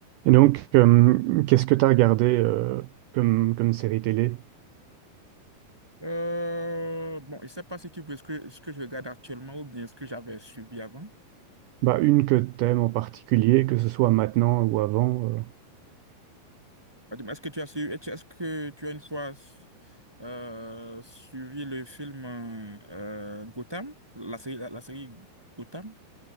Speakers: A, on the right (about 85°); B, on the right (about 15°).
A: Et donc, euh, qu'est-ce que tu as regardé euh, comme, comme série télé?
B: Euh, bon, je ne sais pas si tu veux ce que, ce que je regarde actuellement ou bien ce que j'avais suivi avant.
A: Bah, une que t'aimes en particulier, que ce soit maintenant ou avant. euh.
B: Bah, dis-moi, Est-ce que tu as suivi, est-ce est-ce que tu as une fois euh, suivi le film euh, euh, Gotham, la série, la, la série Gotham?